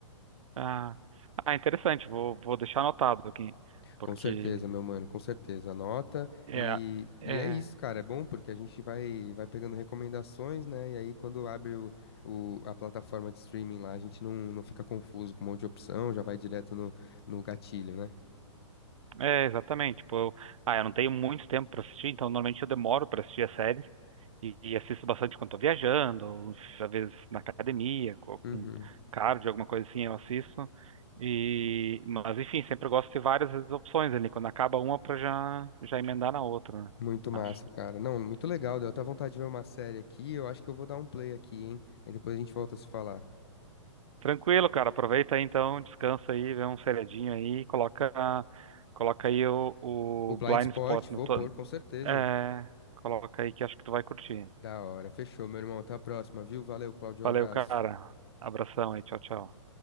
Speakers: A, on the right (about 80°); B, on the left (about 50°).
A: Ah, ah, interessante. Vou, vou deixar anotado aqui, porque
B: Com certeza, meu mano, com certeza. Anota
A: é,
B: e,
A: é,
B: e é isso, cara. É bom porque a gente vai, vai pegando recomendações, né? E aí, quando abre o, o- a plataforma de streaming lá, a gente não, não fica confuso com um monte de opção, já vai direto no, no gatilho, né?
A: é exatamente. Tipo, eu, ah, eu não tenho muito tempo para assistir, então normalmente eu demoro para assistir as séries. E, e assisto bastante quando estou viajando, ou às vezes na academia, com algum
B: Uhum.
A: cardio, alguma coisa assim, eu assisto. E, mas enfim, sempre eu gosto de ter várias opções ali. Quando acaba uma, para já, já emendar na outra, né?
B: Muito massa,
A: Acho.
B: cara. Não, muito legal. Deu até vontade de ver uma série aqui. Eu acho que eu vou dar um play aqui, hein? Aí depois a gente volta a se falar.
A: Tranquilo, cara. Aproveita aí então, descansa aí, vê um seriadinho aí, coloca, coloca aí o, o
B: O Blind
A: Blind
B: Spot,
A: Spot no
B: vou
A: teu.
B: pôr, com certeza.
A: É, coloca aí que acho que tu vai curtir.
B: Da hora. Fechou, meu irmão. Até a próxima, viu? Valeu, Claudio.
A: Valeu,
B: Abraço.
A: cara. Abração aí, tchau, tchau.